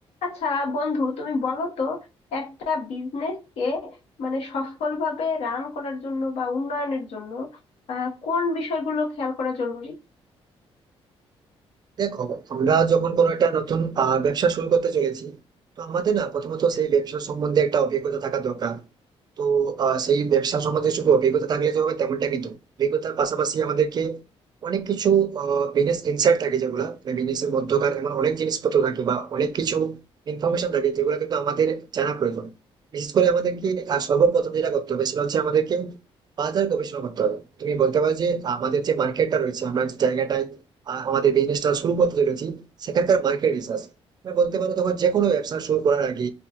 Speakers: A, on the left; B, on the right.
A: আচ্ছা বন্ধু তুমি বলো তো একটা বিজনেস কে মানে সফলভাবে রান করার জন্য বা উন্নয়নের জন্য আহ, কোন বিষয়গুলো খেয়াল করা জরুরি
B: দেখো আমরা যখন কোনো একটা নতুন আহ, ব্যবসা শুরু করতে চলেছি তো আমাদের না প্রথমত সেই ব্যবসা সম্বন্ধে একটা অভিজ্ঞতা থাকা দরকার তো আহ, সেই ব্যবসা সম্বন্ধে শুধু অভিজ্ঞতা থাকলে যে হবে তেমনটা কিন্তু না। অভিজ্ঞতার পাশাপাশি আমাদেরকে অনেক কিছু বিজনেস ইনসাইট থাকে যেগুলা বিজনেসের মধ্যকার এমন অনেক জিনিসপত্র থাকে বা অনেক কিছু ইনফরমেশন থাকে যেগুলো কিন্তু আমাদের জানা প্রয়োজন বিশেষ করে আমাদেরকে আহ, সর্বপ্রথম যেটা করতে হবে সেটা হচ্ছে আমাদেরকে বাজার গবেষণা করতে হবে তুমি বলতে পারো যে আমাদের যে মার্কেটটা রয়েছে আমরা যে জায়গাটায় আহ, আমাদের বিজনেসটা শুরু করতে চলেছি সেখানকার মার্কেট রিসার্চ বলতে পারো তোমার যে কোনো ব্যবসা শুরু করার আগে